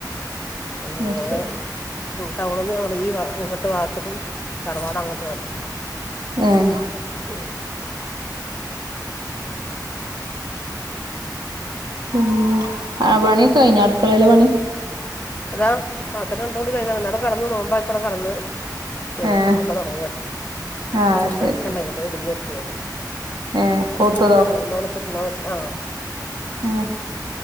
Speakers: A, on the left; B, on the right.
A: ഞങ്ങൾ
B: അത് ശരി
A: ടൗണിൽ നിന്ന് ഞങ്ങൾ ഈ ഇങ്ങിട്ട് ഭാഗത്തക്കും തറവാട അങ്ങോട്ട്..... അങ്ങോട്ട് ഭാഗത്ക്കും
B: ഏഹ്
A: ഉം
B: പിന്നെ ആ പണിയക്കെ കഴിഞ്ഞ അടുക്കളയിലെ പണി...
A: അതാ പാത്രം രണ്ടണ്ണം കൂടി കഴികാണ്ട് ഇന്നാടെ കടന്ന് നോമ്പായപ്പം അവടെ കടന്ന്..... പെണീട്ട്
B: ഏഹ്
A: പൊക്കെ തുടങ്ങുക
B: ആഹ് അത്
A: ഒരു
B: ശരി
A: ചക്ക ഉണ്ടായിരുന്നു. അപ്പോൾ ഇടിഞ്ഞൊക്കെയാണ്ണ
B: ഏഹ് പൗത്തതോ
A: ഇപ്പോൾ തിന്നാൻ പറ്റില്ല ആ.....
B: ആഹ്